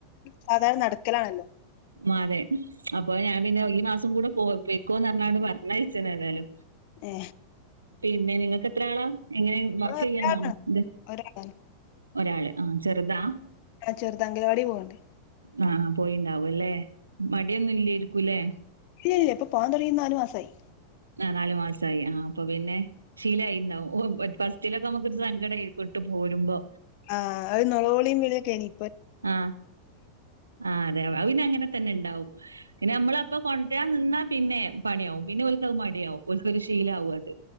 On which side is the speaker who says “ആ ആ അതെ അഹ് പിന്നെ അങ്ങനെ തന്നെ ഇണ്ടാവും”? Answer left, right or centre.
Right